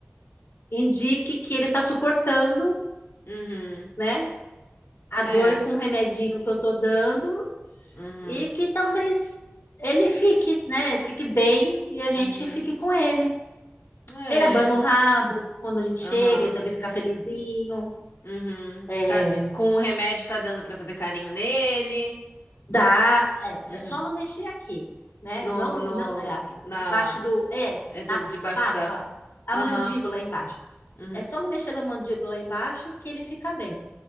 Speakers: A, on the left; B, on the left.
A: indique que ele tá suportando,
B: uhum.
A: né, a
B: É.
A: dor com o remedinho que eu tô dando
B: uhum.
A: e que talvez ele fique, né, fique bem e a gente
B: Uhum.
A: fique com ele.
B: É.
A: Ele abana o rabo quando a gente chega,
B: Aham.
A: então ele fica felizinho.
B: Uhum.
A: É,
B: Tá, com o remédio tá dando pra fazer carinho nele.
A: dá, é,
B: Uhum.
A: é só não mexer aqui, né?
B: No,
A: Não,
B: no,
A: não, é, aqui,
B: na,
A: embaixo do, é,
B: é do,
A: na
B: debaixo
A: papa,
B: da.
A: a
B: Aham.
A: mandíbula embaixo.
B: Uhum.
A: É só não mexer na mandíbula embaixo que ele fica bem.